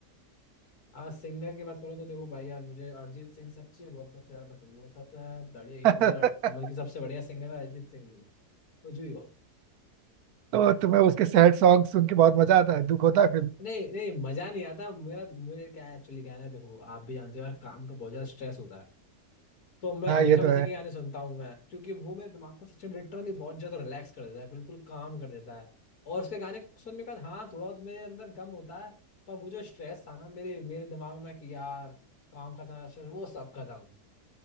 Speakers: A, on the left; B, on the right.
A: आज सिंगर की बात करो तो देखो भाई यार मुझे अरिजीत सिंह सच्ची में बहुत ज्यादा पसंद है वो सबसे बढ़िया हीरो
B: <laughs>
A: मेरा मतलब कि सबसे बढ़िया सिंगर है अरिजीत सिंह ही कुछ भी कहो
B: तो तुम्हें उसके सैड सॉन्ग सुन के बहुत मजा आता है दुख होता है फिर
A: नहीं नहीं मजा नहीं आता मेरा मुझे क्या एक्चुअली कहना है देखो आप भी जानते हो यार काम का बहुत ज्यादा स्ट्रेस होता है तो मैं
B: हाँ
A: हमेशा
B: ये तो
A: उसी
B: है
A: के गाने सुनता हूँ मैं क्योंकि वो मेरे दिमाग को सच में लिटरली बहुत ज्यादा रिलैक्स कर देता है बिल्कुल काम कर देता है और उसके गाने सुनने के बाद हाँ थोड़ा बहुत मेरे अंदर गम होता है पर वो जो स्ट्रेस था ना मेरे मेरे दिमाग में कि यार काम का था stress, वो सब खत्म